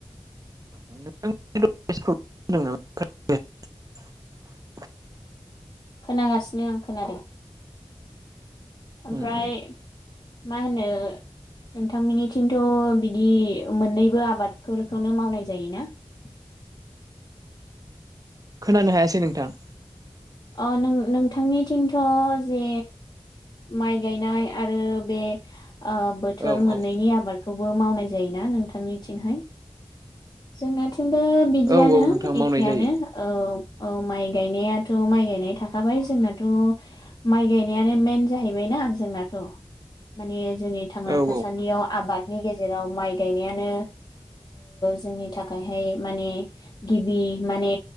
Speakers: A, on the right (about 35°); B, on the left (about 45°).
A: <unintelligible> <inaudible>
B: खोनागासिनो आं खोनादों ओमफ्राय
A: उम उम
B: मा होनो नोंथांमोननिथिंथ' बिदि मोननैबो आबादफोरखौनो मावनाय जायोना <unintelligible> <inaudible>
A: खोनानो हायासै नोंथां
B: अ नों नोंथांनिथिंथ' जे माइ गायनाय आरो बे आ बोथोर
A: औ
B: मोननैनि
A: औ
B: आबादखौबो मावनाय जायोना नोंथांनिथिंहाय जोंनाथिंबो बिदियानो
A: औ औ नोंथां
B: एखेयानो
A: मावनाय जायो
B: औ औ माइ गायनायाथ' माइ गायनाय थाखाबाय जोंनाथ' माइ गायनायानो मेन जाहैबायना जोंनाथ' माने जोंनि थांना
A: औ औ
B: थासान्दियाव आबादनि गेजेराव माइ गायनायानो जोंनि थाखायहाय माने गिबि माने